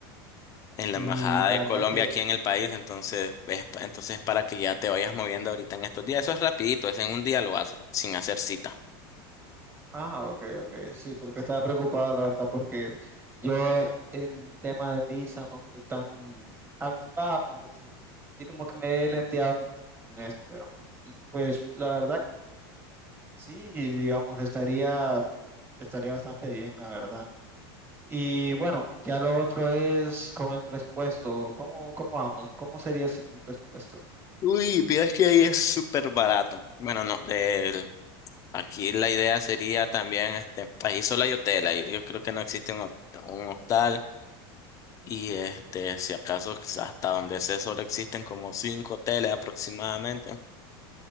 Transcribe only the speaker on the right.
Y
la
verdad
que,
ah, ok, ok, sí, porque estaba preocupado, la verdad, porque yo en tema de visa no soy tan avispado, entonces yo como que me he lenteado en eso, pero pues la verdad que sí, digamos, estaría. Estaría bastante bien, la verdad. Y bueno, ya lo otro es con el presupuesto. ¿Cómo, cómo vamos? ¿Cómo sería sin un presupuesto?